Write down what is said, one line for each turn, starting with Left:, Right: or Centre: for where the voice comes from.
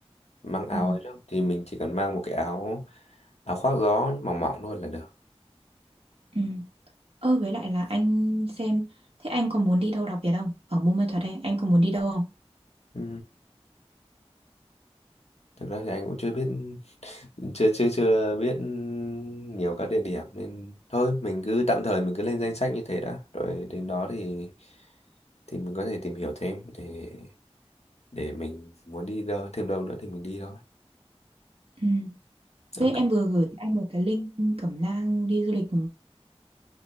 Left: Mang áo
Right: Ừ.
Left: ấy đâu thì mình chỉ cần mang một cái áo áo khoác gió mỏng mỏng thôi là được.
Right: Ừ. Ơ với lại là anh xem Thế anh còn muốn đi đâu đặc biệt không? Ở Buôn Ma Thuột đây, anh còn muốn đi đâu không?
Left: Ừ. Thực ra thì anh cũng chưa biết chưa chưa chưa biết nhiều các địa điểm nên thôi mình cứ tạm thời mình cứ lên danh sách như thế đã rồi đến đó thì thì mình có thể tìm hiểu thêm để để mình muốn đi đâu thêm đâu nữa thì mình đi thôi
Right: Ừ. Với
Left: ok
Right: em vừa gửi anh một cái link Cẩm nang đi du lịch